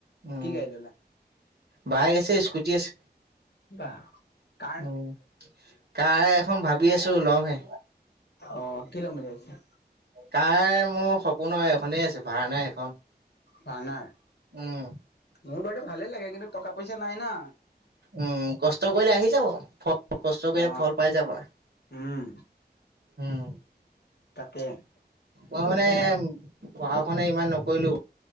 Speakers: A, on the right; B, on the left.
A: উম।
B: কি গাড়ী ললা?
A: বাইক আছে স্কুটি আছে।
B: বাহ কাৰ।
A: উম কাৰ এখন ভাবি আছো লম হে।
B: অ কি লম মিলাইছা।
A: কাৰ মোৰ সপোনত এখনেই আছে ভাৰ্ণা এখন।
B: ভাৰ্ণাৰ
A: উম।
B: মোৰ বাদে ভালে লাগে কিন্তু টকা পইচা নাইনা।
A: উম কষ্ট কৰিলে আহি যাব। কষ্ট কৰি
B: অ
A: ফল পাই যাবা।
B: উম
A: উম'
B: তাকে
A: মই মানে
B: প্ৰথম বাই
A: পঢ়া- শুনা ইমান নকৰিলোঁ।